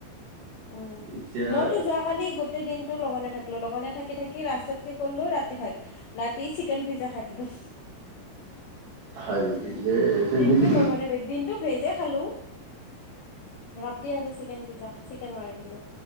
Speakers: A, on the left; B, on the right.
A: উম
B: এতিয়া
A: মইতো যোৱাকালি গোটেই দিনটো লঘ থাকলো লঘনে থাকি থাকি ৰাস্তাত কি কৰিলো ৰাতিৰ ভাত ৰাতি চিকেন পিজ্জা খাই দিলোঁ,
B: হয় নেকি দে এতিয়া
A: দিনটো
B: মিলি
A: ল'ঘোনে দে দিনটো ভেজে খালোঁ, ৰা তি আৰু চিকেন পিজ্জা। চিকেন মাৰি দিলোঁ।